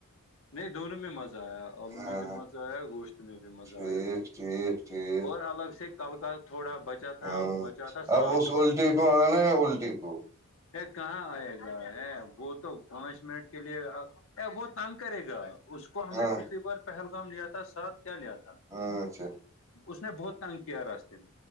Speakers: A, on the left; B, on the right.
A: نہیں دونوں میں مزہ آیا اور
B: ہاں
A: میں بھی
B: ہاں
A: مزہ آیا گوشت میں بھی مزہ
B: ٹھیک
A: آیا
B: ٹھیک ٹھیک
A: اور الگ سے کل کال تھوڑا بچا تھا
B: ہاں
A: بچا تھا ساگ
B: اب اس الٹی کو آنا ہے الٹی کو
A: کہاں آئے گا ہے وہ تو پانچ منٹ کے لیے وہ تنگ کرے گا اس کو ہم
B: ہاں
A: نے پچھلی بار پہلگام لیا تھا ساتھ کیا لیا تھا
B: ہاں، اچھا
A: اس نے بہت تنگ کیا راستے میں